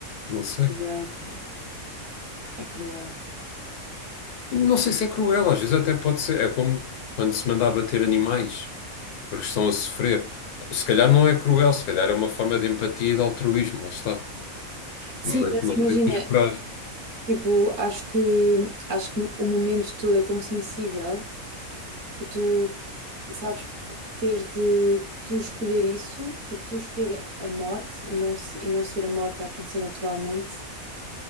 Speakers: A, on the left (about 85°); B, on the right (about 60°).
A: Não sei.
B: é cruel, não é? É cruel.
A: Não sei se é cruel, às vezes até pode ser. É como quando se manda abater animais, porque estão a sofrer. Se calhar não é cruel, se calhar é uma forma de empatia e de altruísmo, lá está.
B: Sim,
A: Mas
B: mas
A: não
B: imagina.
A: sei se tens coragem.
B: Tipo, acho que, acho que no- o momento todo é tão sensível que tu, sabes, teres de tu escolher isso, tipo, tu escolher a morte e não, se- e não ser a morte a acontecer naturalmente,